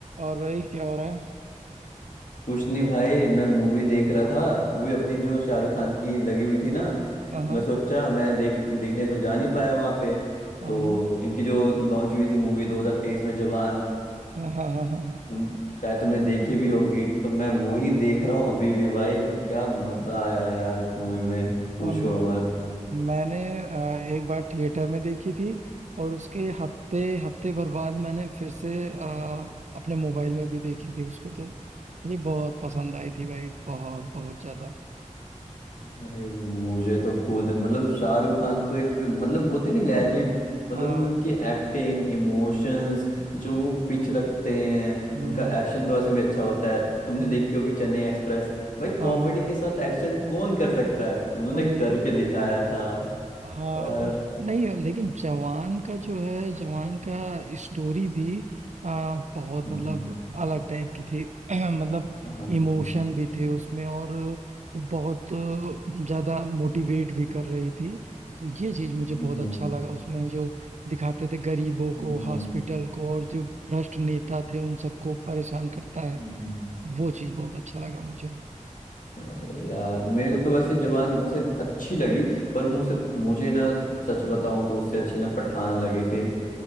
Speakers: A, on the right; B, on the left.
A: और भाई क्या हो रहा है
B: कुछ नहीं भाई मैं मूवी देख रहा था वो भी अपनी जो शाहरुख खान की लगी हुई थी ना तो
A: हाँ हाँ
B: मैं सोचा मैं देख देखने तो जा नहीं पाया वहां पे
A: हम
B: तो इनकी जो लॉन्च हुई थी मूवी 2023 में जवान
A: हाँ हाँ हाँ हाँ
B: तुम शायद तुमने देखी भी होगी तो मैं
A: हाँ।
B: वो ही देख रहा हूँ अभी भी भाई क्या मजा आया यार उस मूवी में पूछो
A: हम
B: मत
A: मैंने आ, एक बार थिएटर में देखी थी और उसके हफ्ते हफ्ते भर बाद मैंने फिर से आ, अपने मोबाइल में भी देखी थी उसको तो मुझे बहुत पसंद आई थी भाई बहुत बहुत ज्यादा
B: अरे मुझे तो खुद मतलब शाहरुख खान तो एक मतलब बोलते नहीं लेजेंड मतलब
A: हाँ
B: उनकी उनकी एक्टिंग इमोशंस जो वो पिच रखते हैं
A: हम्म
B: उनका एक्शन तो वैसे भी अच्छा होता है तुमने
A: हम्म
B: देखी होगी चेन्नई एक्सप्रेस भाई
A: हाँ
B: कॉमेडी
A: हाँ
B: के साथ एक्शन कौन कर सकता है उन्होंने
A: वही
B: करके दिखाया था
A: हाँ
B: और
A: और नहीं लेकिन जवान का जो है जवान का स्टोरी भी आ, बहुत
B: हम्म,
A: मतलब अलग टाइप की थी <clears throat> मतलब
B: हाँ, हम्म,
A: इमोशन भी थे उसमें और वो बहुत अ, ज्यादा मोटिवेट भी कर रही थी तो ये चीज मुझे
B: हम्म,
A: बहुत अच्छा
B: हम्म,
A: लगा उसमें जो दिखाते थे गरीबों
B: हम्म,
A: को हॉस्पिटल को और जो भ्रष्ट नेता थे उन सबको परेशान करता है
B: हम्म,
A: वो चीज बहुत अच्छा लगा मुझे
B: अरे यार मेरे को तो वैसे जवान वैसे अच्छी लगी पर मुझे
A: हम्म
B: मुझे ना सच बताऊं तो उससे अच्छी ना पठान लगी थी